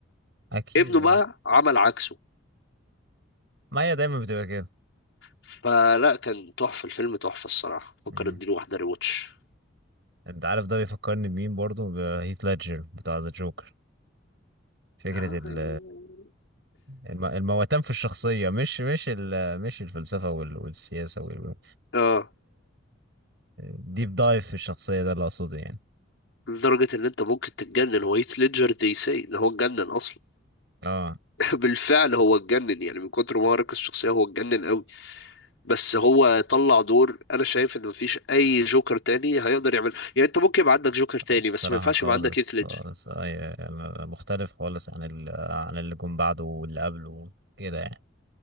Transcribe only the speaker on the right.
اكيد
اه
ما هي دايما بتبقى كده
امم
انت عارف ده بيفكرني بمين برضه بهيث ليدجر بتاع ذا جوكر فكرة
ال
الم- المواتان في الشخصية مش مش ال مش الفلسفة وال- والسياسة وال
ديب دايف في الشخصية ده اللي أقصده يعني
اه
الصراحة
خالص
خالص أيوة أنا مختلف خالص عن ال عن اللي جم بعده واللي قبله كده يعني